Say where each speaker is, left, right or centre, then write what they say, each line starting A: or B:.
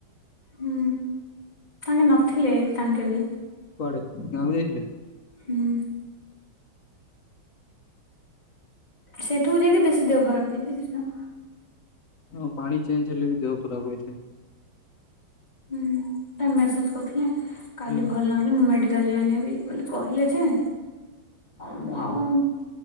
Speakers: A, on the left; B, on the left.
A: ହୁଁ ତାଙ୍କେ ନଥିଲେ ତାଙ୍କେ ବି।
B: କୁଆଡେ ଗାଁକୁ ଯାଇଥିଲେ?
A: ହୁଁ। ସେଠୁକୁ ଯାଇକି ବେଶୀ ଦେହ ଖରାପ ହେଇଯାଇଥିଲା।
B: ହଁ ପାଣି ଚେଞ୍ଜ ହେଲେ ବି ଦେହ ଖରାପ ହୋଇଥାଏ।
A: ହୁଁ ମେସେଜ କରୁଥିଲେ କାଲି
B: ହୁଁ।
A: ଭଲ ନ ମୁଁ ମେଡିକାଲ ଜଏନ ହେବି ବୋଲି କହିଲେ ଯେ
B: <unintelligible>
A: ଆଉ ମୁଁ ଆଉ